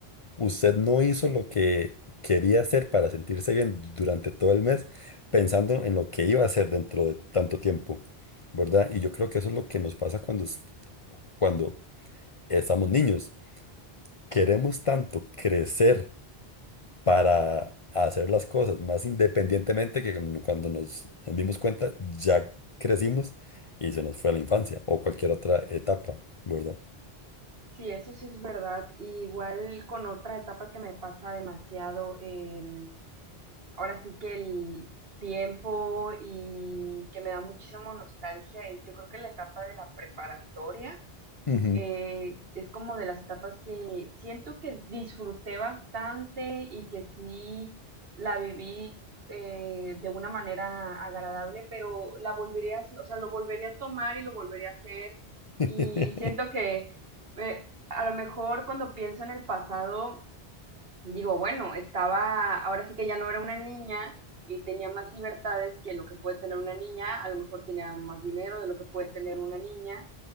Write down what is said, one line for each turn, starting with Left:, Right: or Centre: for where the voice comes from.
Left: Usted no hizo lo que quería hacer para sentirse bien durante todo el mes, pensando en lo que iba a hacer dentro de tanto tiempo, ¿verdad? Y yo creo que eso es lo que nos pasa cuando, es- cuando estamos niños. Queremos tanto crecer para hacer las cosas más independientemente que cu- cuando nos dimos cuenta ya crecimos y se nos fue la infancia o cualquier otra etapa, ¿verdad?
Right: Sí, eso sí es verdad. Y igual con otra etapa que me pasa demasiado, el, ahora sí que el tiempo y que me da muchísima nostalgia es yo creo que la etapa de la preparatoria
Left: Ujú.
Right: eh, es como de las etapas que siento que disfruté bastante y que sí la viví eh, de una manera agradable, pero la volvería a hacer, o sea, lo volvería a tomar y lo volvería a hacer.
Left: <laughs>
Right: Y siento que eh, a lo mejor cuando pienso en el pasado, digo, bueno, estaba, ahora sí que ya no era una niña y tenía más libertades que lo que puede tener una niña, a lo mejor tenía más dinero de lo que puede tener una niña